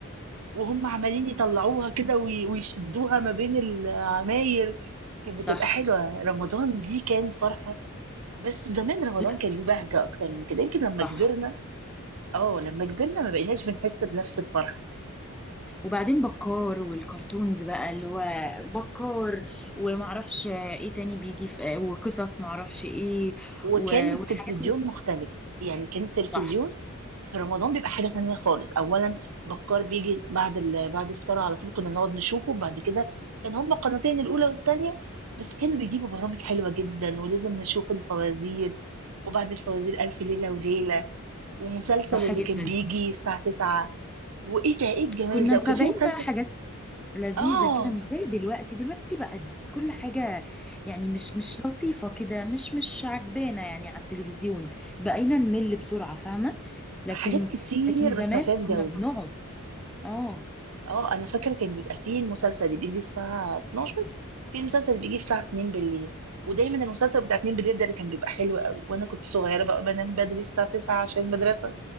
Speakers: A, on the right; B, in the centre.
A: وهم عمالين يطلعوها كده وي- ويشدوها ما بين العماير كانت بتبقى
B: صح
A: حلوه رمضان دي كان فرحه بس زمان رمضان
B: لا
A: كان ليه بهجه اكتر من كده يمكن لما
B: صح
A: كبرنا اه لما كبرنا ما بقيناش بنحس بنفس الفرحه
B: وبعدين بكار والكرتونز بقى اللي هو بكار ومعرفش ايه تاني بيجي في وقصص معرفش ايه
A: وكان
B: و-
A: التلفزيون
B: والحاجات اللي
A: مختلف يعني كان التلفزيون
B: صح
A: في رمضان بيبقى حاجة تانية خالص أولا بكار بيجي بعد ال... بعد الفطار على طول كنا نقعد نشوفه بعد كده كان هما قناتين الأولى والتانية بس كانوا بيجيبوا برامج حلوة جدا ولازم نشوف الفوازير وبعد الفوازير ألف ليلة وليلة ومسلسل
B: صح
A: اللي
B: جدا
A: كان بيجي الساعة 9 وإيه ده إيه الجمال
B: كنا
A: ده
B: متابعين
A: وكان في مسلسل
B: بقى حاجات لذيذة
A: آه
B: كده مش زي دلوقتي دلوقتي بقت كل حاجة يعني مش مش لطيفة كده مش مش عجبانة يعني على التلفزيون بقينا نمل بسرعة فاهمة لكن
A: حاجات كتير
B: لكن زمان
A: بس ما فيهاش جودة
B: كنا بنقعد اه
A: اه انا فاكره كان بيبقى فيه المسلسل اللي بيجي الساعه 12 في المسلسل اللي بيجي الساعه 2 بالليل ودايما المسلسل بتاع 2 بالليل ده اللي كان بيبقى حلو قوي وانا كنت صغيره بقى بنام بدري الساعه 9 عشان المدرسه